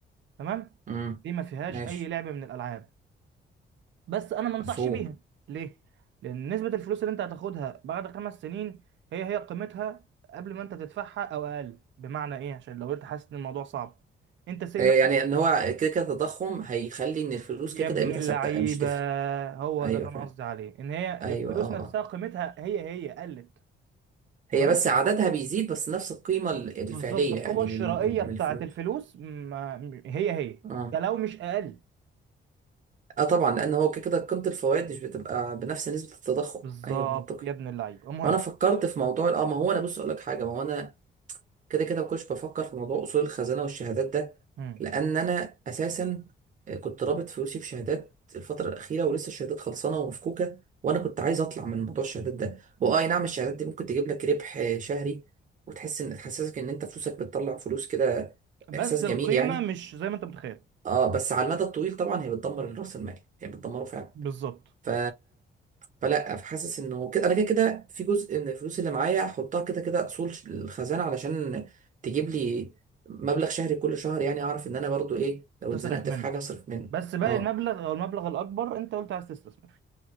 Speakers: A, on the right (about 80°); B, on the right (about 45°).
A: تمام
B: مم.
A: دي ما فيهاش
B: ماشي
A: أي لعب من الألعاب بس أنا ما انصحش
B: مفهوم
A: بيها ليه؟ لأن نسبة الفلوس اللي أنت هتاخدها بعد خمس سنين هي هي قيمتها قبل ما أنت تدفعها أو أقل بمعنى إيه؟ عشان لو أنت حاسس إن الموضوع صعب أنت سي
B: آه، يعني
A: مثلا
B: ان هو كده كده التضخم هيخلي ان الفلوس
A: يا
B: كده
A: ابن
B: كده قيمتها
A: اللعيبة
B: ثابته مش تفرق
A: هو
B: ايوه
A: ده اللي أنا
B: فاهم
A: قصدي عليه إن هي
B: ايوه
A: الفلوس
B: اه
A: نفسها
B: اه
A: قيمتها هي هي قلت
B: هي
A: تمام
B: بس عددها بيزيد بس نفس القيمه ال-
A: بالظبط
B: الفعليه
A: القوة
B: يعني
A: الشرائية
B: لل-
A: بتاعت
B: من الفلوس
A: الفلوس ما هي هي
B: اه
A: ده لو مش أقل
B: اه طبعا لان هو كده كده قيمه الفوائد مش بتبقى بنفس نسبه التضخم
A: بالظبط
B: ايوه منطقي
A: يا ابن اللعيب المهم
B: هو انا فكرت في موضوع ال- اه ما هو انا بص اقول لك حاجه ما هو انا كده كده ما كنتش بفكر في موضوع اصول الخزانه والشهادات ده
A: مم.
B: لان انا اساسا آه، كنت رابط فلوسي في شهادات الفتره الاخيره ولسه الشهادات خلصانه ومفكوكه وانا كنت عايز اطلع من موضوع الشهادات ده واه أي نعم الشهادات دي ممكن تجيب لك ربح آه، شهري وتحس ان تحسسك ان انت فلوسك بتطلع فلوس كده
A: بس
B: احساس جميل
A: القيمة
B: يعني
A: مش زي ما أنت متخيل
B: اه بس على المدى الطويل طبعا هي بتدمر راس المال هي بتدمره فعلا
A: بالظبط
B: ف فلا فحاسس انه كده انا كده كده في جزء من الفلوس اللي معايا احطها كده كده اصول الخزانه علشان تجيب لي مبلغ شهري كل شهر يعني اعرف ان انا برضو ايه لو
A: تصرف
B: اتزنقت
A: منه
B: في حاجه اصرف منه
A: بس باقي
B: اه
A: المبلغ أو المبلغ الأكبر أنت قلت عايز تستثمر فيه